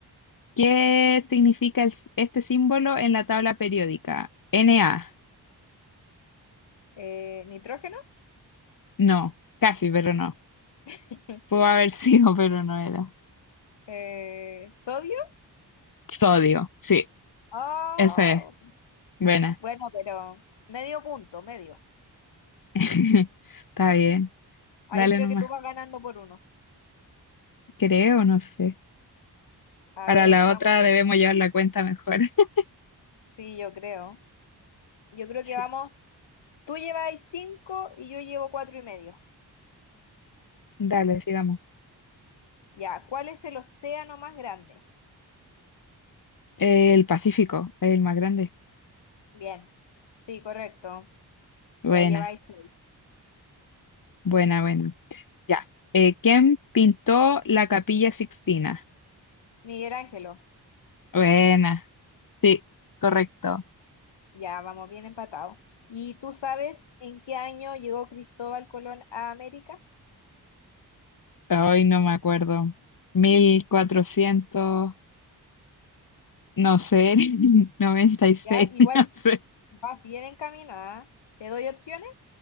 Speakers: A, on the left; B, on the left.
A: ¿Qué significa el s- este símbolo en la tabla periódica? Na.
B: Eh, ¿nitrógeno?
A: No, casi, pero no.
B: <laughs>
A: Pudo haber sido, <laughs> pero no era.
B: Eh, ¿sodio?
A: Sodio, sí,
B: Ah,
A: ese es. Buena.
B: bueno, pero medio punto, medio.
A: <laughs> Está bien,
B: Ahí
A: dale
B: creo
A: nomás.
B: que tú vas ganando por uno.
A: Creo, no sé.
B: A
A: Para
B: ver,
A: la
B: vamos.
A: otra debemos llevar la cuenta mejor. <laughs>
B: Sí, yo creo. Yo creo
A: Sí.
B: que vamos. Tú lleváis cinco y yo llevo cuatro y medio.
A: Dale, sigamos.
B: Ya, ¿cuál es el océano más grande?
A: Eh, el Pacífico, el más grande.
B: Bien. Sí, correcto.
A: Buena,
B: Ya lleváis seis.
A: buena, buena. Ya. Eh, ¿quién pintó la Capilla Sixtina?
B: Miguel Ángelo.
A: Buena, sí, correcto.
B: Ya, vamos bien empatado. ¿Y tú sabes en qué año llegó Cristóbal Colón a América?
A: Hoy no me acuerdo. mil cuatrocientos no sé, <laughs> noventa y seis
B: Ya, igual
A: <laughs> no sé.
B: vas bien encaminada. ¿Te doy opciones?